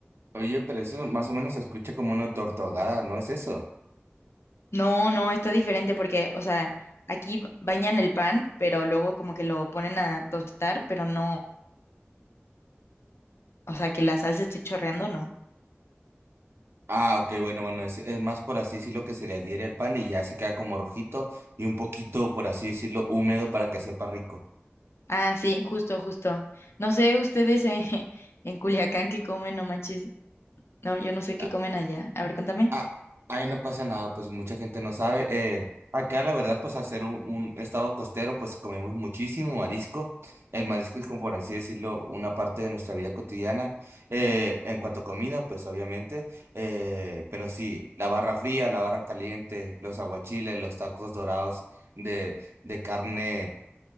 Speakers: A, on the right; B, on the left.
A: Oye, pero eso más o menos se escucha como una torta ahogada, ¿no es eso?
B: No, no, está diferente porque, o sea, aquí ba- bañan el pan, pero luego como que lo ponen a tostar, pero no, o sea, que la salsa esté chorreando, no.
A: Ah, ok, bueno, bueno, es, es más por así decirlo que se le adhiere al pan y ya se queda como rojito y un poquito, por así decirlo, húmedo para que sepa rico.
B: Ah, sí, justo, justo. No sé ustedes en, <laughs> en Culiacán qué comen, no manches. No, yo no sé qué
A: Ah,
B: comen allá. A ver, contame.
A: Ah, ahí no pasa nada, pues mucha gente no sabe. Eh, acá la verdad, pues hacer un, un estado costero, pues comemos muchísimo marisco. El marisco es como por así decirlo, una parte de nuestra vida cotidiana. Eh, en cuanto a comida, pues obviamente. eh, pero sí, la barra fría, la barra caliente, los aguachiles, los tacos dorados de, de carne.